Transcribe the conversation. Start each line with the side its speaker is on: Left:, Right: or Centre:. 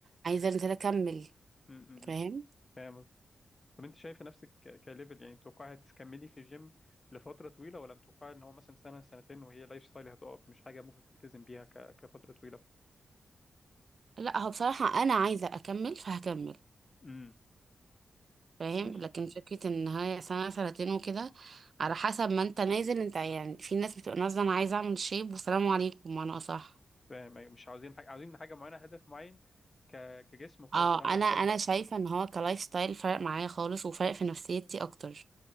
Right: عايزة انزل اكمل
Left: امم امم،
Right: فاهم
Left: امم. فاهم قصدك طب انت شايفه نفسك ك- كليفل يعني متوقعي هتكملي في الجيم لفتره طويله ولا متوقعي ان هو مثلا سنه سنتين وهي لايف ستايل هتقف مش حاجه ممكن تلتزم بيها ك... كفتره طويله
Right: لا هو بصراحة انا عايزة اكمل فهكمل
Left: امم
Right: فاهم
Left: ماشي
Right: لكن فكرة ان هي سنة سنتين وكده على حسب ما انت نازل انت يعني في ناس بتبقى نازلة انا عايزة اعمل شيب والسلام عليكم انا صح
Left: فاهم أيوة، مش عاوزين حاجه عاوزين حاجه معينه هدف معين ك... كجسم وخلاص
Right: اه
Left: بعد
Right: انا
Left: ما اوصل
Right: انا
Left: له
Right: شايفه ان هو كلايف ستايل فرق معايا خالص وفرق في نفسيتي اكتر